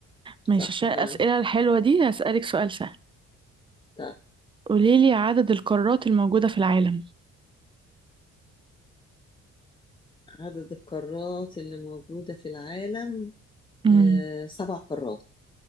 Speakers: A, on the right; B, on the left.
A: ماشي
B: صح
A: عشان
B: فعلا
A: الأسئلة الحلوة دي هسألك سؤال سهل
B: طيب
A: قوليلي عدد القارات الموجودة في العالم
B: عدد القارات اللي موجودة في العالم
A: أمم،
B: آه سبع قارات